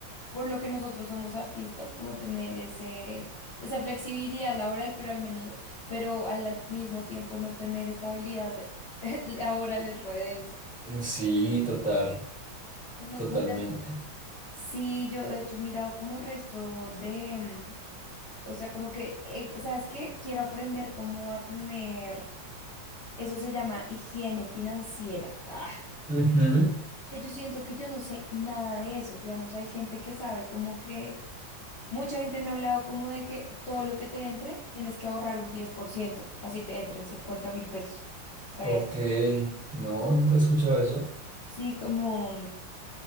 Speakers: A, on the left (about 65°); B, in the centre.
A: por lo que nosotros somos artistas, como tener ese, esa flexibilidad laboral, pero al menos, pero al, al mismo tiempo no tener estabilidad <laughs> laboral es re denso.
B: Sí, total,
A: Es más
B: totalmente.
A: como Sí, yo de hecho he mirado como resto de, mm, o sea, como que, eh, ¿sabes qué? Quiero aprender cómo a tener, eso se llama higiene financiera. Ah,
B: Ujú.
A: que yo siento que yo no sé nada de eso. Digamos, hay gente que sabe como que, mucha gente me ha hablado como de que todo lo que te entre, tienes que ahorrar un 10%, así te entren cincuenta mil pesos. ¿Sabías?
B: Ok, no, nunca he escuchado eso.
A: Sí, como... mm,